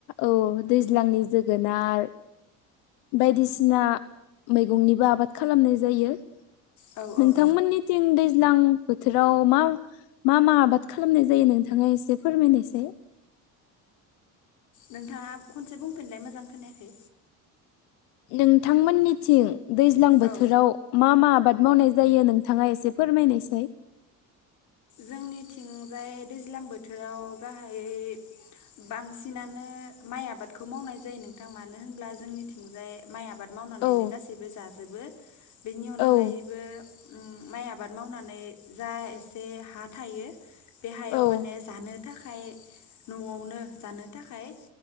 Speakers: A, on the left (about 80°); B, on the left (about 60°).
A: औ दैज्लांनि जोगोनार बायदिसिना मैगंनिबो आबाद खालामनाय जायो।
B: औ
A: नोंथांमोननिथिं
B: औ नंगौ
A: दैज लां बोथोराव मा मा मा आबाद खालामनाय जायो नोंथाङा एसे फोरमायनायसाय <inaudible>
B: नोंथाङा खनसे बुंफिनलाय मोजां खोनायाखै
A: नोंथांमोननिथिं दैज्लां बोथोराव
B: औ
A: मा मा आबाद मावनाय जायो नोंथाङा एसे फोरमायनायसाय
B: जोंनिथिंजाय दैज्लां बोथोराव गाहायै बांसिनानो माइ आबादखौ मावनाय जायो नोंथां मानो होनब्ला जोंनिथिंजाय माइ आबाद मावनानैनो
A: औ
B: गासैबो जाजोबो बिनि अनगायैबो
A: औ
B: उम माइ आबाद मावनानै जा एसे हा थायो बे हायाव
A: औ
B: माने जानो थाखाय न'आवनो जानो थाखाय